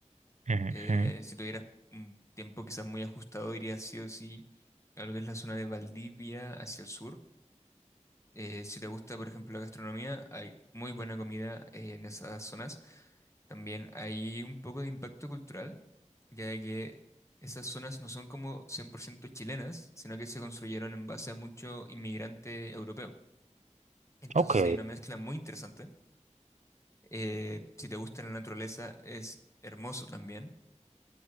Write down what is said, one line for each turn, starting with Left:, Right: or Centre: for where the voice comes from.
Right: ujú,
Left: Eh,
Right: ujú.
Left: si tuvieras un tiempo quizás muy ajustado, irías sí o sí a lo que es la zona de Valdivia hacia el sur. Eh, si te gusta, por ejemplo, la gastronomía, hay muy buena comida eh, en esas zonas. También hay un poco de impacto cultural, ya de que esas zonas no son como 100% chilenas, sino que se construyeron en base a mucho inmigrante europeo. Entonces
Right: Ok.
Left: hay una mezcla muy interesante. Eh, si te gusta la naturaleza, es hermoso también.